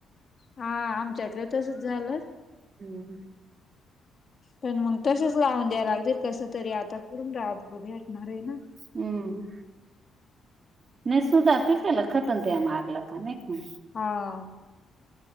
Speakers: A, on the left (about 40°); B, on the right (about 45°).
A: हां, आमच्याकड तसच झालं.
B: हम्म हम्म.
A: पण मग तसच लावून द्याय लागतील कस तरी आता कुठून रा भेटणार आहे ना
B: हम्म <unintelligible>
A: हाव